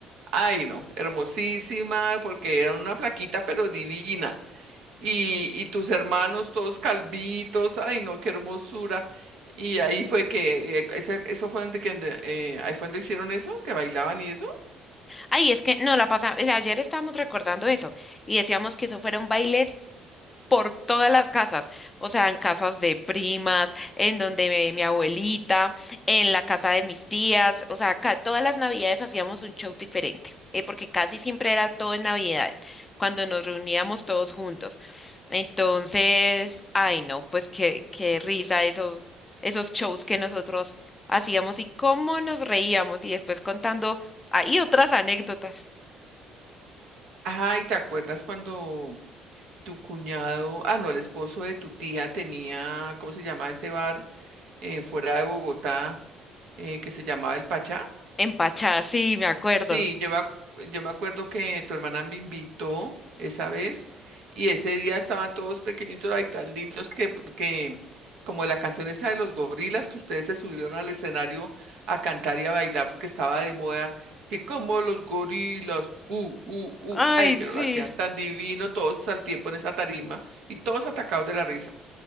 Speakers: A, on the right (about 70°); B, on the left (about 15°).
A: Ay, no, hermosísima, porque era una flaquita pero divina. y, y tus hermanos todos calvitos, ay no, qué hermosura. Y ahí fue que, eh, esa- eso fue donde, que, ande- eh, ahí fue donde hicieron eso, que bailaban y eso.
B: Ay, es que no la pasa. o sea, ayer estábamos recordando eso y decíamos que eso fueron bailes por todas las casas, o sea, en casas de primas, en donde mi, mi abuelita, en la casa de mis tías, o sea, ca- todas las navidades hacíamos un show diferente, eh, porque casi siempre era todo en navidades, cuando nos reuníamos todos juntos. Entonces, ay no, pues qué, qué risa esos, esos shows que nosotros hacíamos y cómo nos reíamos y después contando ahí otras anécdotas.
A: Ajá, ¿y te acuerdas cuando tu cuñado, ah no, el esposo de tu tía tenía, ¿cómo se llama ese bar eh, fuera de Bogotá eh, que se llamaba El Pachá?
B: Empachadas, sí, me acuerdo.
A: Sí, yo me, ac- yo me acuerdo que tu hermana me invitó esa vez y ese día estaban todos pequeñitos ahí tan lindos que, que como la canción esa de los gorilas que ustedes se subieron al escenario a cantar y a bailar porque estaba de moda, que como los gorilas, uh, uh, uh,
B: Ay,
A: ay, pero
B: sí.
A: lo hacían tan divino todos al tiempo en esa tarima y todos atacados de la risa.